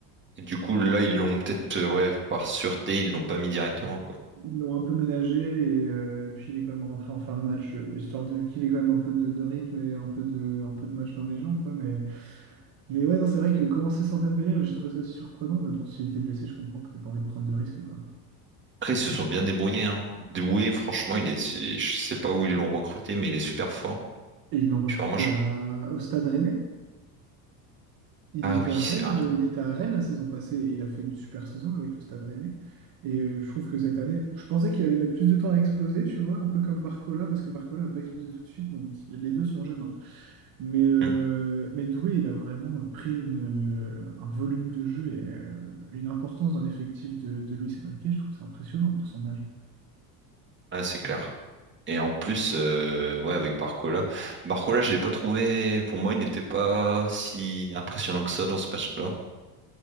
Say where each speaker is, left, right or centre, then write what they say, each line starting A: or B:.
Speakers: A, on the right; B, on the right.
A: Et du coup, là, ils l'ont peut-être, euh, ouais, par sûreté, ils l'ont pas mis directement, quoi.
B: Ils l'ont un peu ménagé et euh, puis il est quand même rentré en fin de match, euh, histoire de qu'il ait quand même un peu de, de rythme et un peu de, un peu de match dans les jambes, quoi. Mais, mais ouais, non, c'est vrai que commencer sans Dembélé, ouais, j'ai trouvé ça surprenant. Mais bon, s'il était blessé, je comprends que t'aies pas envie de prendre de risques, quoi.
A: Après, ils se sont bien débrouillés, hein. Doué, franchement, il est, c'est- je sais pas où ils l'ont recruté, mais il est super fort.
B: Et ils l'ont recruté
A: Je suis vraiment choqué.
B: à, au Stade Rennais. Il
A: Ah
B: était
A: oui,
B: à
A: c'est
B: Rennes,
A: vrai.
B: euh, il était à Rennes la saison passée et il a fait une super saison avec le Stade Rennais. Et euh, je trouve que cette année, je pensais qu'il allait mettre plus de temps à exploser, tu vois, un peu comme Barcola, parce que Barcola n'a pas explosé tout de suite. donc les deux sont jeunes. hein. Mais, euh,
A: Hmm.
B: mais Doué, il a vraiment pris une, euh, un volume de jeu et euh, une importance dans l'effectif de, de Luis Enrique. Je trouve ça impressionnant pour son âge.
A: Ouais, c'est clair. Et en plus, euh, ouais, avec Barcola. Barcola, je l'ai pas trouvé. Pour moi, il n'était pas si impressionnant que ça dans ce match-là.